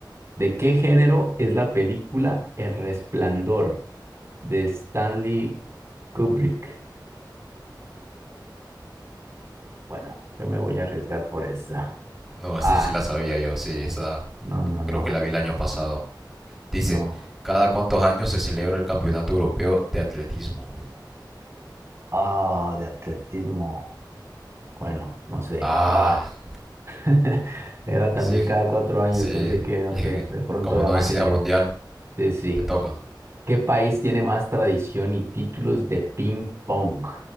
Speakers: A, on the right; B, in the centre.
A: ¿De qué género es la película El Resplandor de Stanley Kubrick? Bueno, yo me voy a arriesgar por esa.
B: No, esta
A: Ah,
B: sí la sabía yo, sí, esta
A: no, no, no,
B: creo que la vi el año pasado. Dice,
A: no.
B: ¿cada cuántos años se celebra el Campeonato Europeo de Atletismo?
A: Ah, de atletismo. Bueno, no sé.
B: Ah,
A: Ah, <laughs> era también
B: sí, es
A: cada
B: que-
A: cuatro años.
B: sí,
A: Pensé que, no
B: es
A: sé,
B: que
A: de pronto
B: como
A: era
B: no
A: más
B: decía
A: seguido.
B: mundial,
A: Sí, sí.
B: te toca.
A: ¿Qué país tiene más tradición y títulos de ping pong?